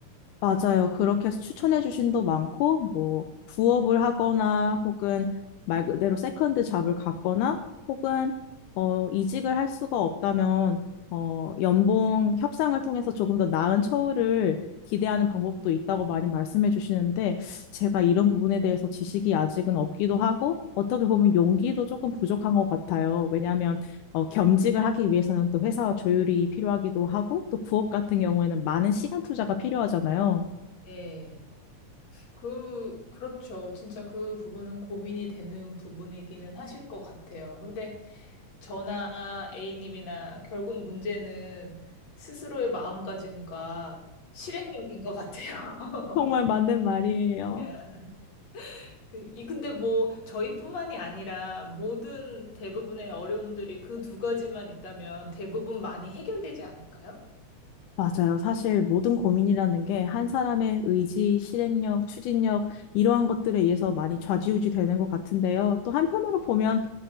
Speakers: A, on the left; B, on the left.
A: 맞아요. 그렇게 해서 추천해 주신 도 많고, 뭐, 부업을 하거나, 혹은 말 그대로 세컨드 잡을 갖거나, 혹은, 어, 이직을 할 수가 없다면, 어, 연봉 협상을 통해서 조금 더 나은 처우를 기대하는 방법도 있다고 많이 말씀해 주시는데, 제가 이런 부분에 대해서 지식이 아직은 없기도 하고, 어떻게 보면 용기도 조금 부족한 것 같아요. 왜냐하면 어, 겸직을 하기 위해서는 또 회사와 조율이 필요하기도 하고, 또 부업 같은 경우에는 많은 시간 투자가 필요하잖아요.
B: 네. 그, 그렇죠. 진짜 그 부분은 고민이 되는 부분이기는 하실 것 같아요. 근데 저나 A님이나 결국 문제는 스스로의 마음가짐과 실행력인 것 같아요.
A: 정말
B: <laughs>
A: 맞는 말이에요.
B: 예. 네, 이 근데 뭐 저희뿐만이 아니라 모든 대부분의 어려움들이 그 두 가지만 있다면 대부분 많이 해결되지 않을까요?
A: 맞아요. 사실 모든 고민이라는 게 한 사람의 의지, 실행력, 추진력, 이러한 것들에 의해서 많이 좌지우지 되는 것 같은데요. 또 한편으로 보면